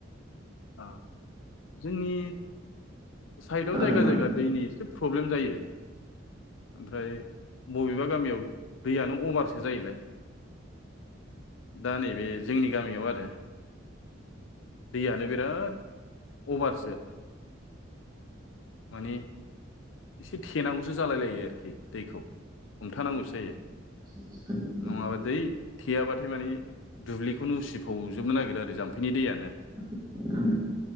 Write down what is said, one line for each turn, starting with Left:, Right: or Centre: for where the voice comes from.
Left: अ जोंनि साइदआव
Right: खोनादों
Left: जायगा
Right: खोनादोंना?
Left: जायगा दैनि एसे प्रब्लेम जायो ओमफ्राय बबेबा गामियाव दैयानो अभारसो जायोलाय। दा नैबे जोंनि गामियाव आरो दैयानो बिराद अभारसो माने एसे थेनांगौसो जालाय लायो आरोखि दैखौ हमथानांगौसो जायो
Right: <inaudible>
Left: नङाबा दै थेयाबाथाय माने दुब्लिखौनो उसिफावजोबनो नागिरो आरो जाम्फैनि दैयानो
Right: <inaudible>